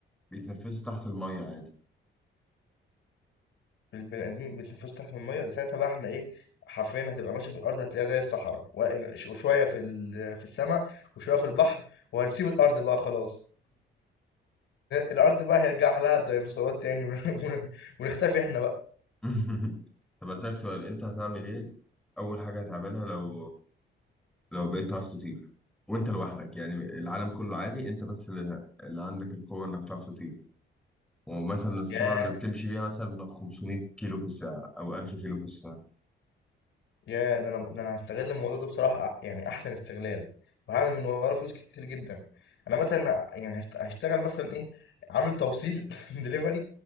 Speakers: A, in the centre; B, on the left.
A: بيتنفسوا تحت المية عادي
B: البني ادمين بيتنفسوا تحت الميه ده ساعتها بقى احنا ايه حرفيا هتبقى ماشي في الارض هتلاقيها زي الصحراء وق- ش- وشويه في ال- في السماء وشويه في البحر وهنسيب الارض بقى خلاص الارض بقى هيرجع لها الديناصورات تاني <laughs> ون- ونختفي احنا بقى
A: <laughs> طب اسالك سؤال انت هتعمل ايه اول حاجة هتعملها لو لو بقيت تعرف تطير وانت لوحدك يعني العالم كله عادي انت بس اللي, اللي عندك القوة انك تعرف تطير ومثلا السرعة
B: ياه
A: اللي بتمشي بيها مثلا 500 كيلو في الساعة او 1000 كيلو في الساعة
B: يا ده انا ده انا هستغل الموضوع ده بصراحه يعني احسن استغلال وهعمل من وراه فلوس كتير جدا انا مثلا يعني هشت- هشتغل مثلا ايه عامل توصيل <laughs> دليفري